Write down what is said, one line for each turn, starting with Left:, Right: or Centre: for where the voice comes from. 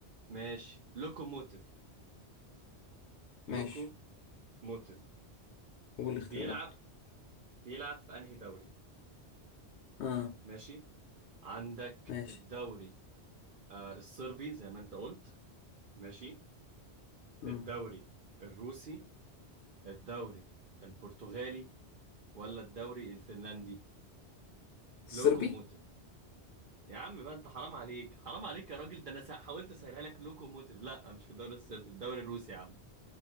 Right: ماشي لوكوموتيف لوكو
Left: ماشي
Right: موتيف
Left: قول الاختيارات
Right: بيلعب بيلعب في انهي دوري
Left: اه
Right: ماشي عندك
Left: ماشي
Right: الدوري آه الصربي زي ما انت قلت ماشي
Left: امم
Right: الدوري الروسي الدوري البرتغالي ولا الدوري الفنلندي
Left: الصربي
Right: لوكوموتيف يا عم بقى انت حرام عليك حرام عليك يا راجل ده انا سا- حاولت اسهلها لك لوكوموتيف لا مش في الدوري الصربي الدوري الروسي يا عم